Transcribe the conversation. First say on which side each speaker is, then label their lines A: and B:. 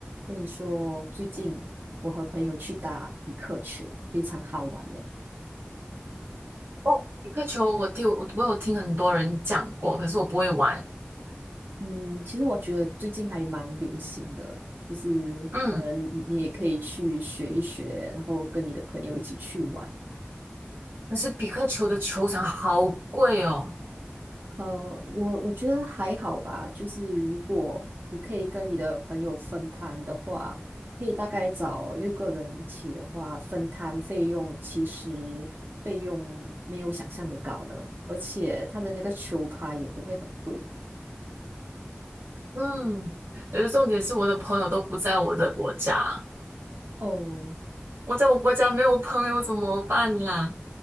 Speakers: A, on the right; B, on the right.
A: 跟你说，最近我和朋友去打匹克球，非常好玩的。
B: 哦，比克球我听我我有听很多人讲过，可是我不会玩。
A: 嗯，其实我觉得最近还蛮流行的，就是
B: 嗯，
A: 可能你也可以去学一学，然后跟你的朋友一起去玩。
B: 可是比克球的球场好贵哦。
A: 呃，我我觉得还好吧，就是如果你可以跟你的朋友分摊的话，可以大概找六个人一起的话，分摊费用其实费用没有想象的高了，而且他的那个球拍也不会很贵。
B: 嗯，可是重点是我的朋友都不在我的国家，
A: 哦，
B: 我在我国家没有朋友怎么办啦？